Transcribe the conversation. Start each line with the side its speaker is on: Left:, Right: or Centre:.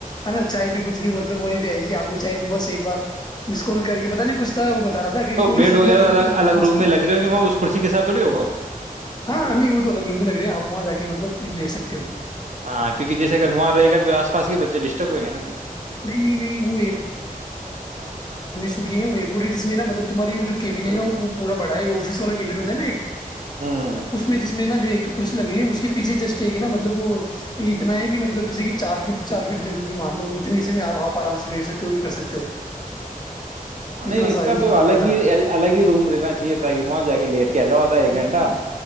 Left: ہے نا چائے بھی کچھ مطلب وہ بھی آئے گ کہ آپ کو چائے کو بس ایک اسکول کر کے پتا نہیں پچھتا ہے وہ ب رہا تھا کہ
Right: تو
Left: پوری
Right: بیڈ
Left: سوھا
Right: وغیرہ
Left: ایک
Right: الگ
Left: دم
Right: الگ
Left: مست
Right: روم میں لگ رہے ہوں گے وہاں اس کرسی کے ساتھ تھوڑی ہوگا وہ
Left: ہاں رنی وہ تو الگ رووم میں لگ رہی ہیں آپ وہاں جا کے کہ مطلب لیٹ سکتے ہو
Right: ہاں کیک جیسے اگر وہاںار رہ گا تو پھر آس پس کے بچے ڈسٹرب ہو گا
Left: نہیں نہیں نہیں وہ تو ہے جس میں ناطلب تمہاری وہ جو کیبن ہے ن وہ پورا بڑا ہے آفس والا کیبن ہوتا ہے نا
Right: ہوں
Left: اس میں جس اس میں نا ایک کسی لگی ہے اس کے پیھے جسٹ ایک ہے نا مطلب وہ اتنا ہے کہ مطلب جیسے کہ چار فٹ چار فٹ ج مان لو اتنے اس میں آپ آرام سے لٹ سکتے ہو یا کر سکتے ہو
Right: نہیں
Left: اتنا
Right: اس
Left: سا
Right: کا
Left: ہے
Right: تو
Left: میں
Right: الگ
Left: وہ بتا رہا
Right: ہی
Left: تھا
Right: الگ ہی روم رہیننا چاہیے تھااکہ وہاں جا کے لیٹ کیج ہوادا ایک گنٹا